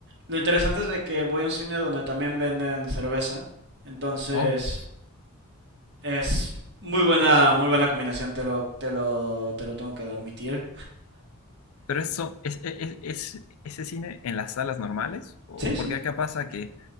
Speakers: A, on the right; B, on the left.
A: Lo interesante es de que voy a un cine donde también venden cerveza. Entonces,
B: Oh,
A: Es muy buena, muy buena combinación, te lo, te lo, te lo tengo que admitir.
B: pero eso es, es, es- ese cine en las salas normales? ¿O
A: Sí, sí.
B: porque acá pasa que